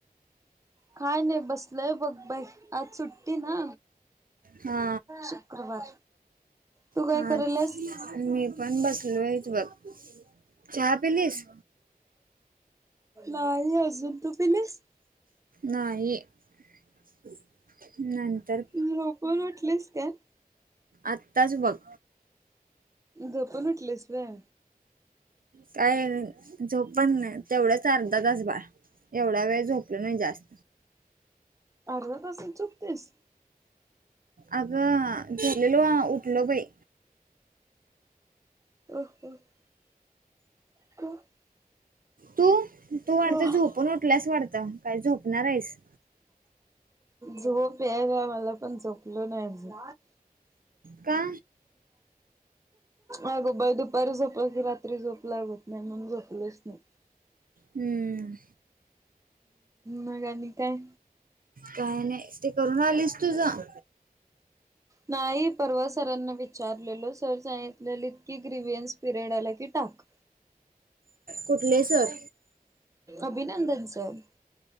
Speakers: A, on the right; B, on the right.
A: काय नाही बसलोय बघ बाई. आज सुट्टी ना
B: हा
A: शुक्रवार तू काय
B: हा.
A: करायल्यास
B: मी पण बसलो आहेच बघ चहा पिलीस?
A: नाही अजुन तु पीलीस?
B: नाही. <inaudible> नंतर
A: झोपून उठलीस काय?
B: आत्ताच बघ.
A: झोपून उठलीस व्हय?
B: काय झोप पण नाही, तेवढंच अर्धा तास <unintelligible> एवढा वेळ झोपलो नाही जास्त.
A: अर्धा तासंच झोपतेस?
B: अगं झोपलेलो आ उठलो बाई.
A: <inaudible> <inaudible>
B: तू! तू वाटतं
A: ह
B: झोपून उठलास वाटत, काय झोपणार आहेस?
A: झोप यायला, मला पण झोपलो नाही अजून.
B: का
A: अगं बाई दुपारी झोपायच राह रात्री झोप लागत नाही म्हणून झोपलेच नाही.
B: हम्म.
A: मग आणि काय?
B: काय नाही, ते करून आलीस? तुझं
A: नाही परवा सरांना विचारलेल सर सांगितलेली की ग्रीवियन्स पिरियड आला की टाक.
B: कुठले सर?
A: अभिनंदनचं!